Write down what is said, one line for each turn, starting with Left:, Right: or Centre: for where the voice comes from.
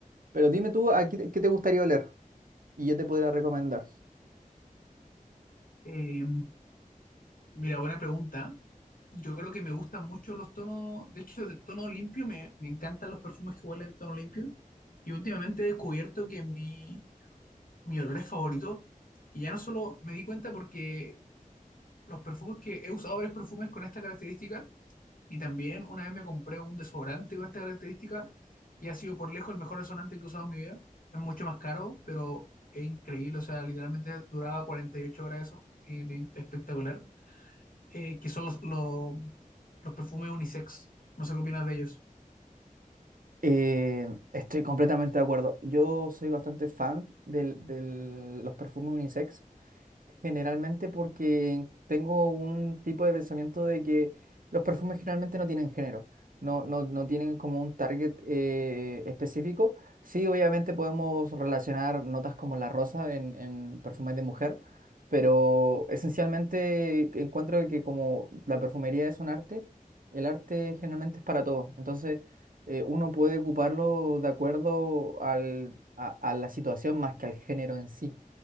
Right: Pero dime tú, ¿a qué, te qué te gustaría oler? Y yo te podría recomendar.
Left: Eh, mira, buena pregunta. Yo creo que me gustan mucho los tonos, de hecho, de tono limpio, me, me encantan los perfumes que huelen en tono limpio. Y últimamente he descubierto que mi, mis olores favoritos. Y ya no solo me di cuenta porque los perfumes que he usado varios perfumes con esta característica. Y también una vez me compré un desodorante con esta característica y ha sido por lejos el mejor desodorante que he usado en mi vida. Es mucho más caro, pero es increíble. O sea, literalmente duraba 48 horas eso. y es espectacular. Eh, que son los, los, los perfumes unisex. No sé qué opinas de ellos.
Right: Eh, estoy completamente de acuerdo. Yo soy bastante fan de los perfumes unisex. Generalmente porque tengo un tipo de pensamiento de que los perfumes generalmente no tienen género, no, no, no tienen como un target eh, específico. Sí, obviamente podemos relacionar notas como la rosa en, en perfumes de mujer, pero esencialmente encuentro que como la perfumería es un arte, el arte generalmente es para todos. Entonces eh, uno puede ocuparlo de acuerdo al, a a la situación más que al género en sí.